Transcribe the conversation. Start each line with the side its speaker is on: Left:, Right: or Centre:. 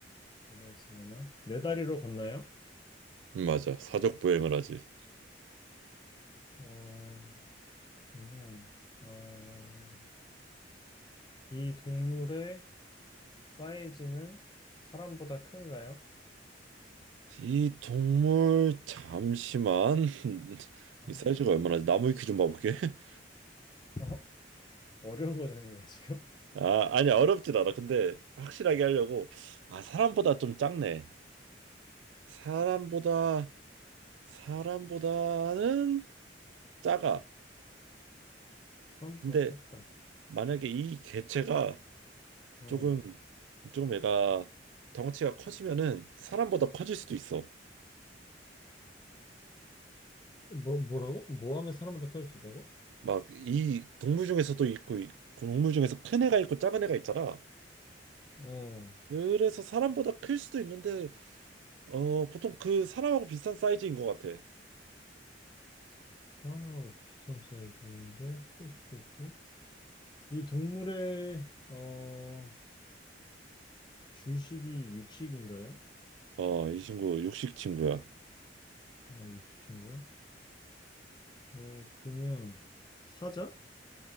Left: 뭐가 있으려나? 네 다리로 걷나요?
Right: 응, 맞아. 사족 보행을 하지.
Left: 어, 그러면 어, 이 동물의 사이즈는 사람보다 큰가요?
Right: 이 동물 잠시만 <laughs>
Left: 아,
Right: 이 사이즈가 얼마나 나무 위키 좀 봐볼게. <laughs>
Left: 어? 어려운 거 되는 거야, 지금? <laughs>
Right: 아, 아니 어렵진 않아. 근데 확실하게 하려고 아 사람보다 좀 작네. 사람보다 사람보다는 작아.
Left: 사람보다
Right: 근데
Left: 짧다.
Right: 만약에 이 개체가
Left: 어.
Right: 조금 좀 애가 덩치가 커지면은 사람보다 커질 수도 있어.
Left: 뭐, 뭐라고? 뭐 하면 사람보다 클 수 있다고?
Right: 막 이 동물 중에서도 있고 이 동물 중에서 큰 애가 있고 작은 애가 있잖아.
Left: 어,
Right: 그래서 사람보다 클 수도 있는데 어 보통 그 사람하고 비슷한 사이즈인 것 같아.
Left: 사람하고 비슷한 사이즈인데 클 수도 있고. 이 동물의 어, 주식이 육식인가요?
Right: 어 이 친구 육식 친구야.
Left: 어, 육식친구요? 어, 그러면 사자?